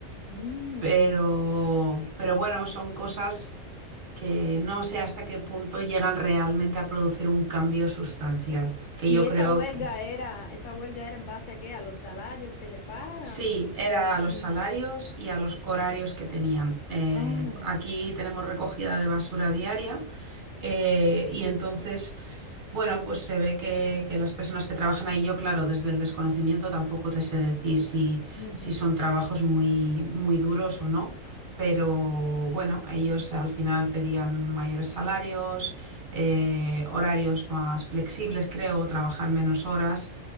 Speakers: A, on the left; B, on the right.
A: Ah.
B: Pero, pero bueno, son cosas que no sé hasta qué punto llegan realmente a producir un cambio sustancial, que
A: ¿Y
B: yo
A: esa
B: creo
A: huelga
B: que,
A: era, esa huelga era en base a qué? ¿A los salarios que le pagan?
B: Sí, era a los
A: Mm.
B: salarios y a los horarios que tenían. Eh,
A: Ah,
B: aquí tenemos recogida de basura diaria eh, y entonces, bueno, pues se ve que, que las personas que trabajan ahí, yo claro, desde el desconocimiento tampoco te sé decir si,
A: ujú.
B: si son trabajos muy, muy duros o no, pero bueno, ellos al final pedían mayores salarios, eh, horarios más flexibles, creo, trabajar menos horas